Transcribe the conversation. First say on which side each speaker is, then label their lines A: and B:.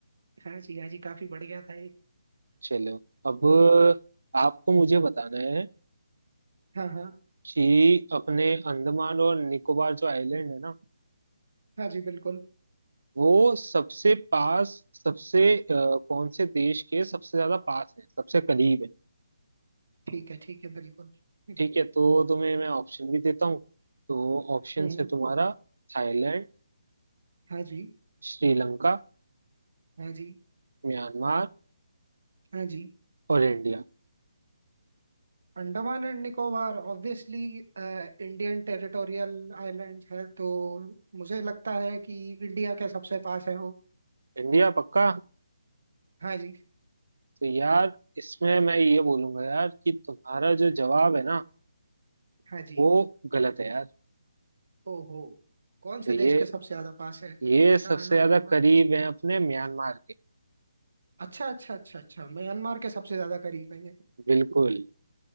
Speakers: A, on the right (about 55°); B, on the right (about 80°).
A: हाँ जी हाँ जी काफी बढ़िया था ये
B: चलो अब आपको मुझे बताना है
A: हाँ हाँ
B: कि अपने अंडमान और निकोबार जो आइलैंड है ना
A: हाँ जी बिल्कुल
B: वो सबसे पास सबसे अ, कौन से देश के सबसे ज्यादा पास है सबसे करीब है
A: ठीक है ठीक है बिल्कुल हम्म
B: ठीक है तो तुम्हें मैं ऑप्शन भी देता हूँ तो ऑप्शन
A: हम्म,
B: है तुम्हारा थाईलैंड
A: हाँ जी
B: श्रीलंका
A: हाँ जी
B: म्यांमार
A: हाँ जी
B: और इंडिया
A: अंडमान and निकोबार obviously Indian territorial island है तो मुझे लगता है कि इंडिया के सबसे पास है वो
B: इंडिया पक्का
A: हाँ जी
B: तो यार इसमें मैं ये बोलूंगा यार कि तुम्हारा जो जवाब है ना
A: हाँ जी
B: वो गलत है यार
A: ओहो कौन से
B: तो ये
A: देश के सबसे ज्यादा पास है अंडमान
B: ये सबसे
A: और
B: ज्यादा
A: निकोबार
B: करीब है अपने म्यांमार के
A: अच्छा अच्छा अच्छा अच्छा म्यांमार के सबसे ज्यादा करीब है ये
B: बिल्कुल